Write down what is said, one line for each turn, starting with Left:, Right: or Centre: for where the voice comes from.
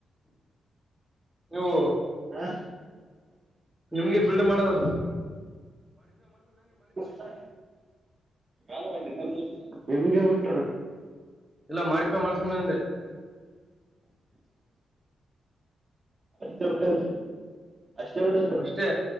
Centre: ವು
Right: ಹಾ
Centre: ನಿಮ್ಗೆ ಬೀಡು ಮಾಡದದು
Right: ಹ ಾಲ ನಿಮ್ಗೆ ಬಿಟ್ರ
Centre: ಇಲ್ಲ ಮಾಡಪ ಮಾಡಸಯಂದೆ
Right: ಹವಟೆ ಅಷ್ಟೇ ಬಿಡ
Centre: ಅಷ್ಟೇ